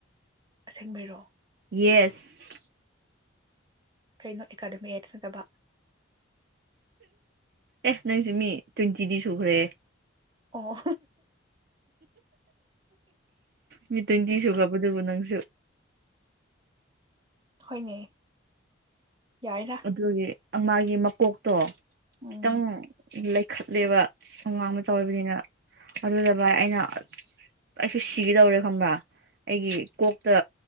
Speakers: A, on the right; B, on the right.
A: ꯑꯁꯦꯡꯕꯩꯔꯣ
B: ꯌꯦꯁ
A: ꯀꯩꯅꯣ ꯑꯦꯀꯥꯗꯃꯤ ꯑꯦꯠꯁ ꯅꯠꯇꯥꯕ
B: ꯑꯦ ꯅꯪꯁꯨꯦ ꯃꯤ ꯇ꯭ꯋꯦꯟꯇꯤꯗꯤ ꯁꯨꯈ꯭ꯔꯦ
A: ꯑꯣ
B: ꯃꯤ ꯇ꯭ꯋꯣꯟꯇꯤ ꯁꯨꯒꯕꯗꯨꯕꯨ ꯅꯪꯁꯨ
A: ꯍꯣꯏꯅꯦ ꯌꯥꯏꯗ
B: ꯑꯗꯨꯗꯦ ꯃꯥꯒꯤ ꯃꯀꯣꯛꯇꯣ
A: ꯎꯝ
B: ꯈꯤꯇꯪ ꯂꯩ ꯈꯠꯂꯦꯕ ꯑꯉꯥꯡ ꯃꯆꯥ ꯑꯣꯢꯕꯅꯤꯅ ꯑꯗꯨ ꯑꯩꯅ ꯑꯩꯁꯨ ꯁꯤꯒꯗꯧꯔꯦ ꯈꯪꯕ꯭ꯔꯥ ꯑꯩꯒꯤ ꯀꯣꯛꯇ